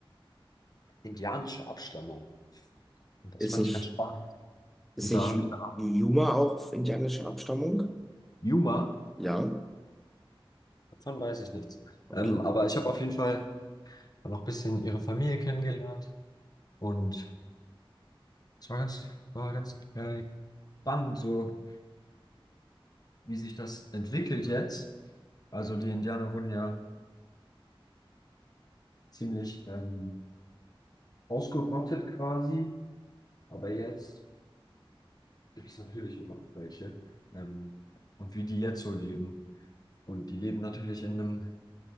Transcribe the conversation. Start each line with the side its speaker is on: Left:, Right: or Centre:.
Left: indianische Abstammung. Und das
Centre: Ist
Left: fand
Centre: nicht,
Left: ich ganz spannend.
Centre: ist
Left: Und
Centre: nicht
Left: da habe
Centre: Yu-
Left: ich eine Art
Centre: Yuma auch indianischer Abstammung?
Left: Yuma,
Centre: Ja,
Left: davon weiß ich nichts.
Centre: okay.
Left: Ähm, aber ich habe auf jeden Fall noch ein bisschen ihre Familie kennengelernt. Und es war ganz, war ganz äh, spannend, so wie sich das entwickelt jetzt. Also die Indianer wurden ja ziemlich ähm, ausgerottet quasi. Aber jetzt gibt es natürlich immer noch welche. Ähm, und wie die jetzt so leben. Und die leben natürlich in einem,